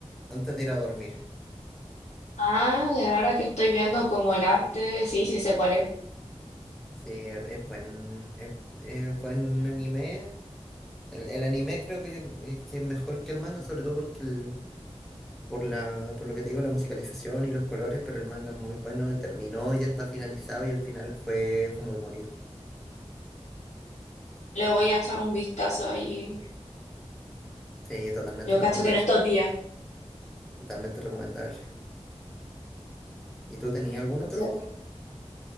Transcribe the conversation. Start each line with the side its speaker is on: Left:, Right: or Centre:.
Centre: antes de ir a dormir.
Left: Ah, y ahora que estoy viendo como el arte, sí, sí sé cuál es.
Centre: Sí, es, es buen, es, es buen anime. El, el anime creo que, yo- es que es mejor que el manga, sobre todo porque el- por la, por lo que te digo, la musicalización y los colores, pero el manga es muy bueno, y terminó, ya está finalizado y el final fue, fue muy bonito.
Left: Le voy a echar un vistazo ahí.
Centre: Sí, totalmente
Left: Yo
Centre: recomendable.
Left: cacho que en estos días.
Centre: Totalmente recomendable. ¿Y tú tenías algún
Left: Puede
Centre: otro?
Left: ser.